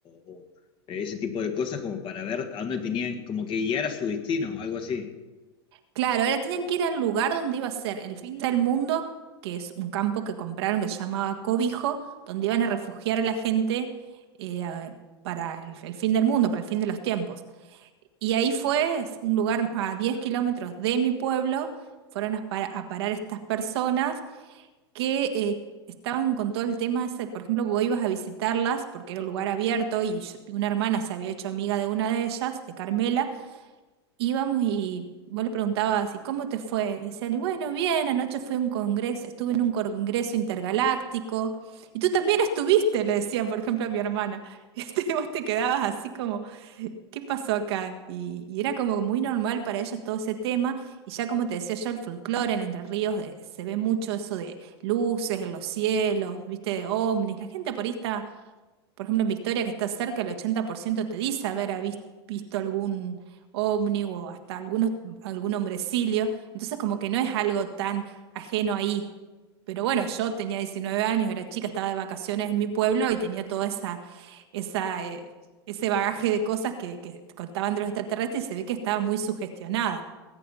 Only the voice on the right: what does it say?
Claro, ahora tenían que ir al lugar donde iba a ser el fin del mundo, que es un campo que compraron que se llamaba Cobijo, donde iban a refugiar a la gente eh, a- para el, el fin del mundo, para el fin de los tiempos. Y ahí fue es un lugar a 10 kilómetros de mi pueblo, fueron a, para- a parar estas personas que eh, estaban con todo el tema ese, por ejemplo, vos ibas a visitarlas porque era un lugar abierto y yo- una hermana se había hecho amiga de una de ellas, de Carmela íbamos y vos le preguntabas, ¿y cómo te fue? Y decían, y bueno, bien, anoche fui a un congreso, estuve en un congreso intergaláctico, y tú también estuviste, le decían, por ejemplo, a mi hermana. <laughs> Este, Y vos te quedabas así como, ¿qué pasó acá? Y, y era como muy normal para ellos todo ese tema, y ya como te decía yo, el folclore en Entre Ríos eh, se ve mucho eso de luces en los cielos, viste, de ovnis, la gente por ahí está por ejemplo, en Victoria, que está cerca, el 80% te dice haber habi- visto algún ovni o hasta algunos, algún hombrecillo. Entonces, como que no es algo tan ajeno ahí. Pero bueno, yo tenía 19 años, era chica, estaba de vacaciones en mi pueblo y tenía toda esa, esa, eh, ese bagaje de cosas que, que contaban de los extraterrestres y se ve que estaba muy sugestionada.